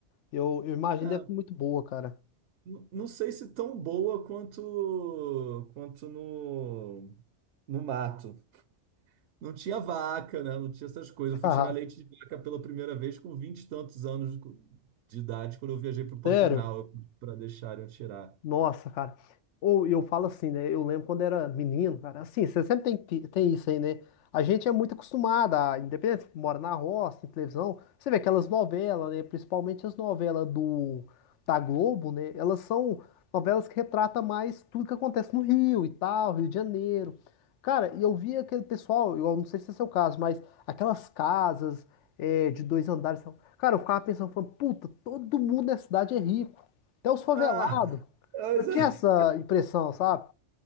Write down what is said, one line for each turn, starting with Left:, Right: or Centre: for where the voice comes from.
Left: Eu, eu imagino
Right: é.
Left: deve ser muito boa, cara.
Right: N- Não sei se tão boa quanto quanto no, no mato. Não tinha vaca, né? Não tinha essas coisas.
Left: <laughs>
Right: Eu fui
Left: Haha,
Right: tirar leite de vaca pela primeira vez com vinte e tantos anos de de idade, quando eu viajei para o Pantanal
Left: Sério?
Right: para deixarem eu tirar.
Left: Nossa, cara. Ou eu falo assim, né? Eu lembro quando era menino, cara. Assim, você sempre tem, ti- tem isso aí, né? A gente é muito acostumado, a, independente, mora na roça, em televisão. Você vê aquelas novelas, né? Principalmente as novelas do, da Globo, né? Elas são novelas que retratam mais tudo que acontece no Rio e tal, Rio de Janeiro. Cara, e eu via aquele pessoal, eu não sei se é seu caso, mas aquelas casas é, de dois andares. Cara, eu ficava pensando, falando, puta, todo mundo na cidade é rico. Até os favelados.
Right: Ah, mas
Left: Eu tinha
Right: é-
Left: essa impressão, sabe?